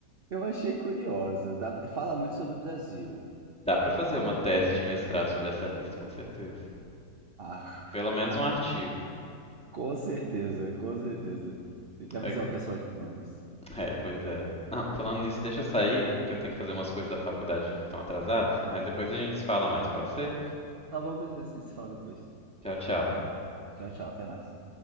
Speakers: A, on the right; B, in the centre.
A: Eu achei curiosa. dá- Fala muito sobre o Brasil.
B: Dá pra fazer
A: Muito.
B: uma tese
A: mesmo.
B: de mestrado sobre essa lista, com certeza.
A: Ah,
B: Pelo menos um artigo.
A: <laughs> com certeza, com certeza. Tem que avisar
B: É,
A: o pessoal de humanos.
B: é, pois é. Não, falando nisso, deixa eu sair, que eu tenho que fazer umas coisas da faculdade aqui que estão atrasadas, mas depois a gente se fala mais, pode ser?
A: Tá bom, beleza. A gente se fala depois.
B: Tchau, tchau.
A: Tchau, tchau. Até mais.